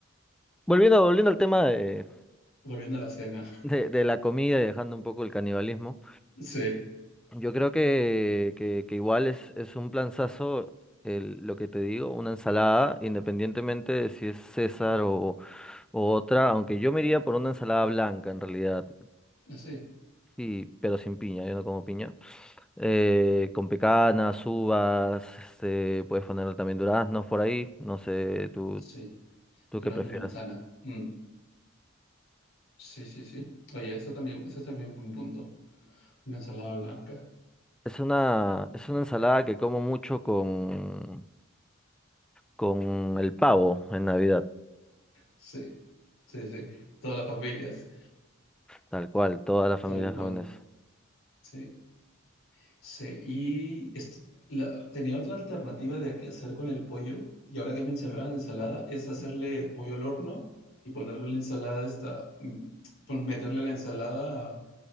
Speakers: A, in the centre; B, on the left.
A: volviendo, volviendo al tema de,
B: Volviendo a la cena.
A: de, de la comida y dejando un poco el canibalismo,
B: <laughs> Sí.
A: yo creo que, que, que igual es, es un planzazo el, lo que te digo, una ensalada, independientemente de si es César o, o otra, aunque yo me iría por una ensalada blanca en realidad.
B: Así.
A: Sí, pero sin piña, yo no como piña. Eh, con pecanas, uvas, este, puedes poner también duraznos por ahí, no sé, tú,
B: Sí.
A: tú
B: Durazno,
A: qué prefieras.
B: manzana. Mm, sí, sí, sí. Oye, eso también, eso también es un buen punto. Una ensalada blanca.
A: Es una, es una ensalada que como mucho con, con el pavo en Navidad,
B: Sí, sí, sí. Todas las familias,
A: tal cual, todas las familias
B: tal cual.
A: jóvenes.
B: Sí, sí. Y est- la- tenía otra alternativa de qué hacer con el pollo, y ahora que me mencionaba la ensalada, es hacerle pollo al horno y ponerle en la ensalada esta, mm, pon- meterle a la ensalada,